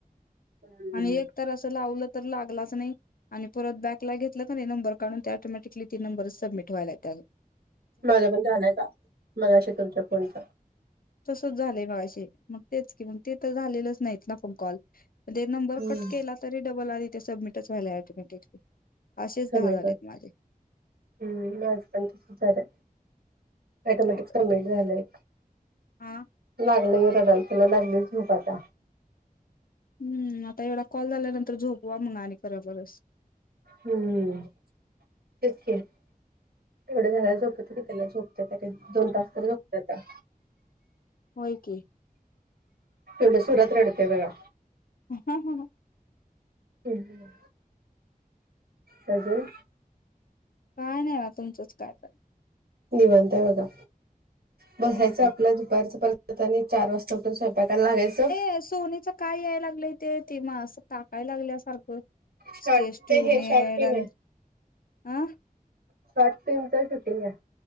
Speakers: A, on the right (about 85°); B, on the left (about 70°).
A: हम्म
B: आणि एक तर असं लावलं तर लागलाच नाही आणि परत बॅकला घेतलं का ते नंबर काढून ते ऑटोमॅटिकली ती नंबर सबमिट व्हायला त्यात
A: माझं पण झालंय का मगाशी तुमच्या फोनच
B: तसच झालंय मगाशी मग तेच की मग ते तर झालेलंच नाहीत ना पण कॉल मध्ये नंबर
A: हम्म.
B: कट केला तरी डबल <inaudible> आधी ते सबमिटच व्हालाय अटोमॅटिकली असेच
A: सबमिट
B: दहा झालेत माझे
A: हम्म माज पण त सुद् झालं ऑटोमॅटिक
B: काय कर
A: समिट झालंय
B: हा
A: लागलं ह रडाल तुला लागलीच झूपाट
B: हम्म आता एवढा कॉल झाल्यानंतर झोपवा मग आणि खराबरच
A: हम्म तेचक एवढं झाला झोपत की त्याला झोपत त दोन तास तरी होत आ
B: हो क
A: एवढ सुरत रडते वेळा
B: ह ह ह
A: ह् सजल
B: काय नाही ना तुमचंच काय कर
A: निवांताय बघा बसायचं
B: हो का
A: आपला दुपारच परत आणि चार वाजता तो पर्यंत स्वयंपाकाला लागायचं.
B: त्या सोनीच्यात. काय याय लागलंय ते ते -म असं टाकाय लागल्या सारखं?
A: शॉर्ट
B: स्टेसट्युनडं
A: ते हे शॉर्ट फिल्म
B: अन
A: आहे
B: अह
A: साठ टीमचं शुटिंग हाय.